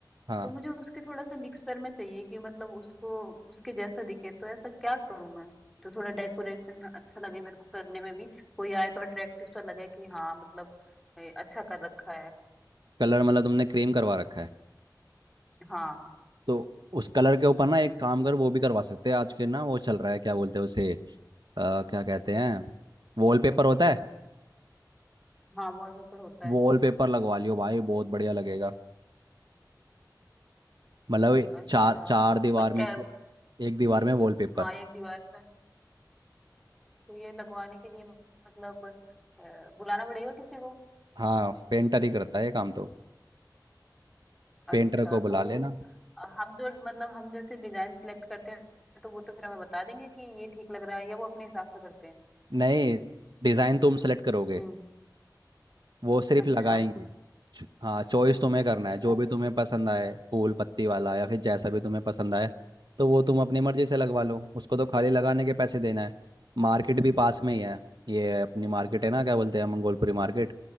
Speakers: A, on the right; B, in the centre.
A: हाँ
B: तो मुझे उसके थोड़ा सा मिक्सर में चाहिए कि मतलब उसको उसके जैसा दिखे तो ऐसा क्या करूं मैं जो थोड़ा डेकोरेशन अच्छा लगे मेरे को करने में भी कोई आए तो अट्रैक्टिव सा लगे कि हाँ मतलब ए, अच्छा कर रखा है
A: कलर मतलब तुमने क्रीम करवा रखा है
B: हाँ
A: तो उस कलर के ऊपर ना एक काम कर वो भी करवा सकते हैं आज के ना वो चल रहा है क्या बोलते हैं उसे अ, क्या कहते हैं वॉलपेपर होता है
B: हाँ वॉलपेपर होता है
A: वॉलपेपर लगवा लियो भाई बहुत बढ़िया लगेगा मतलब
B: हम्म,
A: ये
B: अच्छा
A: चार चार दीवार
B: पर क्या
A: में से एक दीवार में वॉलपेपर
B: हाँ एक दीवार पे तो ये लगवाने के लिए मतलब अ, बुलाना पड़ेगा किसी को
A: हाँ पेंटर ही करता है ये काम तो
B: अच्छा
A: पेंटर को बुला
B: तो वो
A: लेना
B: अ, हम जो मतलब हम जैसे डिजाइन सिलेक्ट करते हैं तो वो तो फिर हमें बता देंगे कि ये ठीक लग रहा है या वो अपने हिसाब से करते
A: नहीं डिजाइन तुम सेलेक्ट करोगे
B: हैं
A: वो सिर्फ
B: अच्छा
A: लगाएंगे च- हाँ चॉइस तुम्हें करना
B: अच्छा
A: है जो भी तुम्हें पसंद आए फूल पत्ती वाला या फिर जैसा भी तुम्हें पसंद आए तो वो तुम अपनी मर्जी से लगवा लो उसको तो खाली लगाने के पैसे देना है मार्केट भी पास में ही है ये अपनी मार्केट है ना क्या बोलते हैं मंगोलपुरी मार्केट